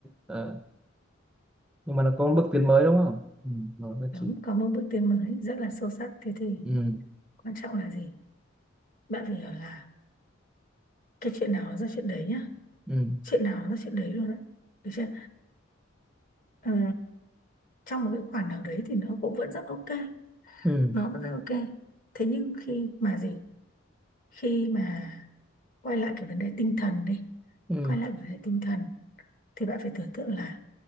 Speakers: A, in the centre; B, on the left.
A: ờ, nhưng mà nó có một bước tiến mới đúng không ừ, rồi nhất
B: đúng
A: trí
B: có một bước tiến mới rất là sâu sắc thế thì
A: ừ
B: quan trọng là gì bạn phải hiểu là cái chuyện nào nó ra chuyện đấy nhá
A: ừ
B: chuyện nào nó ra chuyện đấy luôn đấy được chưa Ờ, trong một cái khoản nào đấy thì nó cũng vẫn rất ok
A: ừ
B: nó vẫn rất ok thế nhưng khi mà gì khi mà quay lại cái vấn đề tinh thần đi
A: ừ
B: quay lại vấn đề tinh thần thì bạn phải tưởng tượng là